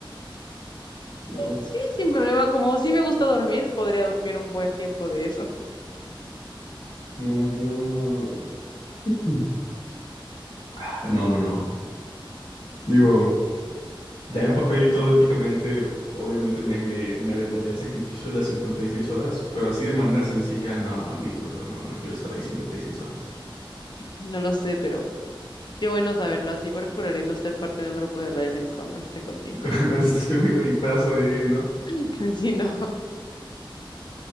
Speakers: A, on the left; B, on the left.
A: No,
B: sí, sin problema. Como sí me gusta dormir, podría dormir un buen tiempo de eso.
A: no, yo... Mm. Ah, no, no, no. Digo. Ya en papel y todo éticamente, obviamente me, me, me aventaría el sacrificio de las 56 horas, pero así de manera sencilla, no, ni loco, no, no quiero estar ahí 56 horas.
B: No lo sé, pero qué bueno saberlo. Así procuraré no ser parte de un grupo de rehenes cuando esté contigo.
A: <laughs> Cuando cuando estés conmigo y puedas sobrevivir, ¿no?
B: <laughs> Si no,